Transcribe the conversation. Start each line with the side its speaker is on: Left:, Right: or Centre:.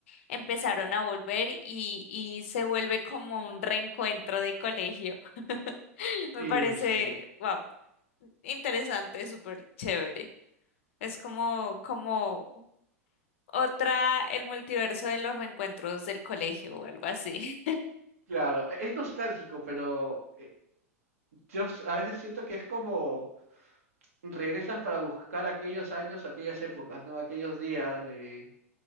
Left: empezaron a volver y, y se vuelve como un reencuentro de colegio. <laughs> Me
Right: Y
Left: parece,
Right: sí,
Left: wow, interesante, súper chévere. Es como, como otra, el multiverso de los reencuentros del colegio o algo así.
Right: claro, e, es nostálgico, pero eh, yo s- a veces siento que es como regresas para buscar aquellos años, aquellas épocas, ¿no? Aquellos días de...